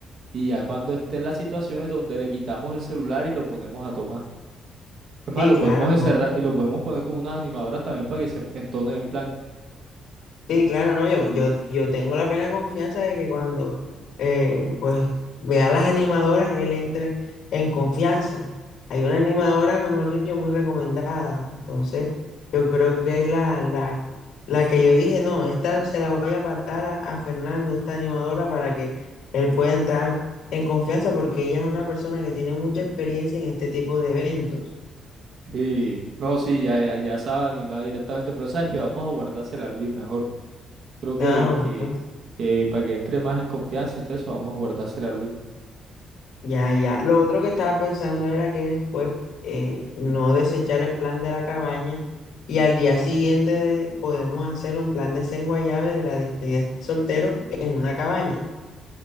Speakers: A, on the right (about 65°); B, on the left (about 65°).
A: Y ya cuando esté en las situaciones donde le quitamos el celular y lo ponemos a tomar. Es más,
B: Sí,
A: lo
B: claro,
A: podemos
B: no.
A: encerrar, eh, lo podemos poner con unas animadoras también para que se entonen el plan.
B: Sí, claro, no, yo, yo, yo tengo la plena confianza de que cuando eh, pues vea a las animadoras, él entre en confianza. Hay una animadora, mejor dicho, muy recomendada. Entonces, yo creo que es la, la, la que yo dije, no, esta se la voy a apartar a, a Fernando, esta animadora, para que él pueda entrar en confianza, porque ella es una persona que tiene mucha experiencia en este tipo de eventos.
A: Sí, no, sí, ya, ya, ya sabe animar directamente, pero sabes que vamos a guardársela a Luis mejor. Creo
B: Ah,
A: que,
B: bueno.
A: que, que para que entre más en confianza y todo eso, vamos a guardársela a Luis.
B: Ya, ya. Lo otro que estaba pensando era que después eh, no desechar el plan de la cabaña y al día siguiente podemos hacer un plan de llave de la despedida de soltero en una cabaña.